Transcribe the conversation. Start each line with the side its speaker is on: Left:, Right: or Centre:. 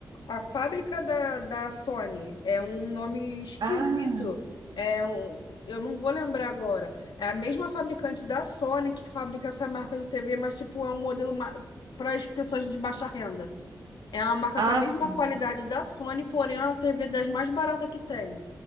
Left: A fábrica da, da Sony é um nome esquisito.
Right: Ah,
Left: É um, eu não vou lembrar agora. É a mesma fabricante da Sony que fabrica essa marca de TV, mas tipo é um modelo para as pessoas de baixa renda. É uma marca
Right: ah,
Left: com a mesma
Right: sim.
Left: qualidade da Sony, porém é uma TV das mais baratas que tem.